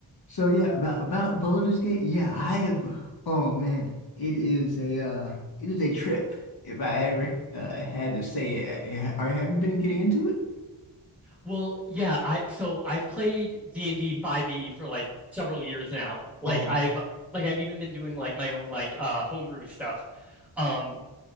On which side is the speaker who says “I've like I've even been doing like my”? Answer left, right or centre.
Centre